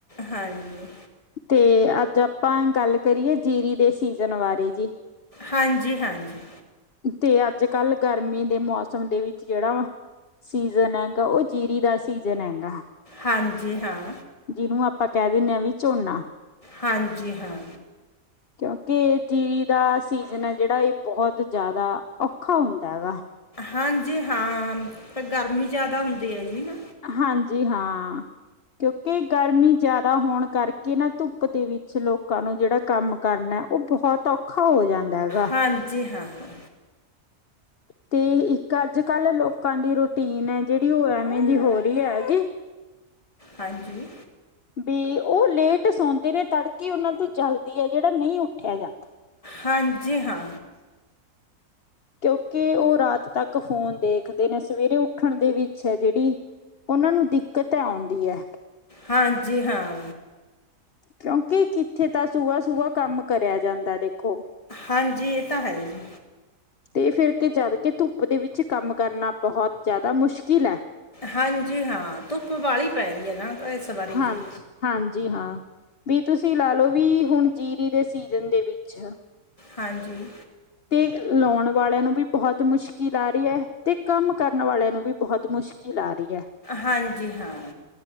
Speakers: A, on the left (about 20°); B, on the left (about 45°).
A: ਹਾਂਜੀ।
B: ਤੇ ਅੱਜ ਆਪਾਂ ਗੱਲ ਕਰੀਏ ਜੀਰੀ ਦੇ ਸੀਜਨ ਬਾਰੇ, ਜੀ?
A: ਹਾਂਜੀ-ਹਾਂਜੀ।
B: ਤੇ ਅੱਜ-ਕਾਲ ਗਰਮੀ ਦੇ ਮੌਸਮ ਦੇ ਵਿੱਚ ਜਿਹੜਾ ਵਾ ਸੀਜਨ ਹੈਗਾ, ਉਹ ਜੀਰੀ ਦਾ ਸੀਜਨ ਹੈਗਾ।
A: ਹਾਂਜੀ ਹਾਂ।
B: ਜਿਨੂੰ ਆਪਾਂ ਕਹਿ ਦਿੰਨੇ ਆਂ ਵੀ ਝੋਨਾ।
A: ਹਾਂਜੀ ਹਾਂ।
B: ਕਿਉਂਕਿ ਜੀਰੀ ਦਾ ਸੀਜ਼ਨ ਐ ਜੇੜਾ, ਏ ਬੋਹਤ ਜਾਦਾ ਔਖਾ ਹੋਂਦਾ ਹੈਗਾ।
A: ਹਾਂਜੀ ਹਾਂ, ਤੇ ਗਰਮੀ ਜਾਦਾ ਹੁੰਦੀ ਐ, ਜੀ ਨਾ?
B: ਹਾਂਜੀ ਹਾਂ। ਕਿਉਂਕਿ ਗਰਮੀ ਜਾਦਾ ਹੋਣ ਕਰਕੇ ਨਾ, ਧੁੱਪ ਦੇ ਵਿੱਚ ਲੋਕਾਂ ਨੂੰ ਜੇੜਾ ਕੰਮ ਕਰਨਾ ਬੋਹੜ ਔਖਾ ਹੋ ਜਾਂਦਾ। ਹੈਗਾ
A: ਹਾਂਜੀ ਹਾਂ, ਹਾਂ।
B: ਤੇ ਇੱਕ ਅੱਜ-ਕੱਲ੍ਹ ਲੋਕਾਂ ਦੀ ਰੂਟੀਨ ਐ ਜੇੜੀ, ਓ ਐਵੇਂ ਦੀ ਹੋ ਰੀ ਐ, ਜੀ।
A: ਹਾਂਜੀ।
B: ਵੀ ਓ ਲੇਟ ਸੌਂਦੇ ਨੇ, ਤੜਕੇ ਓਨਾਂ ਤੋਂ ਜਲਦੀ ਏ ਜੇੜਾ, ਨਈਂ ਉੱਠਿਆ ਜਾਂਦਾ।
A: ਹਾਂਜੀ ਹਾਂ।
B: ਕਿਉਂਕਿ ਓ ਰਾਤ ਤੱਕ ਫੋਨ ਦੇਖਦੇ ਨੇ, ਸਵੇਰੇ ਉੱਠਣ ਦੀ ਵਿਛ ਐ ਜੇੜੀ ਉਹਨਾਂ ਨੂੰ ਦਿੱਕਤ ਆਉਂਦੀ ਐ।
A: ਹਾਂਜੀ ਹਾਂ।
B: ਕਿਉਂਕਿ ਕਿੱਥੇ ਤਾਂ ਸੁਬ੍ਹਾ-ਸੁਬ੍ਹਾ ਕੰਮ ਕਰਿਆ ਜਾਂਦਾ, ਦੇਖੋ!
A: ਹਾਂਜੀ, ਇਹ ਤਾਂ ਹੈ ਜੀ!
B: ਤੇ ਫੇਰ, ਕਿ ਜਦ ਕਿ ਧੁੱਪ ਦੇ ਵਿੱਚ ਕੰਮ ਕਰਨਾ ਬੋਹਤ ਜਾਦਾ ਮੁਸ਼ਕਿਲ ਐ।
A: ਹਾਂਜੀ ਹਾਂ, ਧੁੱਪ ਵਾਲੀ ਪੈ ਰਈ ਐ ਨਾ ਏਸ ਵਾਰੀ,
B: ਹਾਂਜੀ,
A: ਜੀ।
B: ਹਾਂਜੀ ਹਾਂ, ਵੀ ਤੁਸੀਂ ਲਾ ਲੌ ਵੀ ਹੁਣ ਜੀਰੀ ਦੇ ਸੀਜ਼ਨ ਦੇ ਵਿੱਚ
A: ਹਾਂਜੀ।
B: ਤੇ ਲਾਉਣ ਵਾਲਿਆਂ ਨੂੰ ਵੀ ਬੋਹੜ ਮੁਸ਼ਕਿਲ ਆ ਰੀ ਐ, ਤੇ ਕੰਮ ਕਰਨ ਵਾਲਿਆਂ ਨੂੰ ਵੀ। ਬੋਹੜ ਮੁਸ਼ਕਿਲ ਆ ਰਈ ਐ।
A: ਹਾਂਜੀ ਹਾਂ।